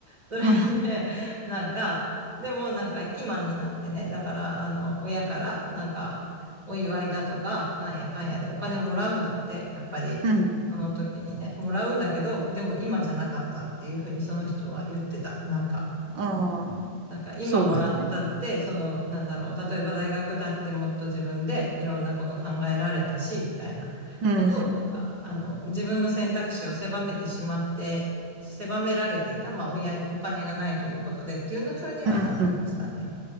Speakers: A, on the right; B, on the right.
A: それで、
B: うん、
A: なんか、でもなんか今になってね、だからあの親からなんかお祝いだとか、なんやかんやでお金をもらうんだって、やっぱりその時にね、
B: うん。
A: もらうんだけど、でも今じゃなかったっていうふうにその人は言ってた。なんか、
B: ああ、
A: なんか今もらったって、
B: そうだね。
A: そのなんだろう、例えば大学だってもっと自分でいろんなこと考えられたし、みたいなことをなんか、
B: うん、うん、
A: あの自分の選択肢を狭めてしまって狭められていた、まあ、親、お金がないということでっていうふうにはなんか言ってたね。
B: うんうん